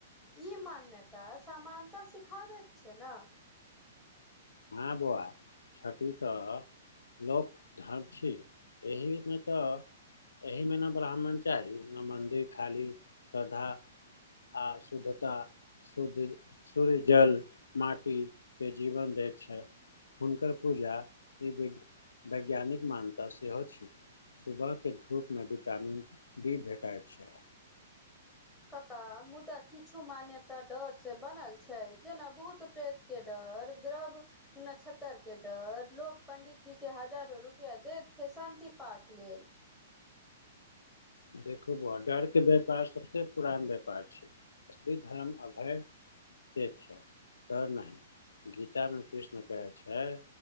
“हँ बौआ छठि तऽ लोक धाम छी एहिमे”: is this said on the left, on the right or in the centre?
Left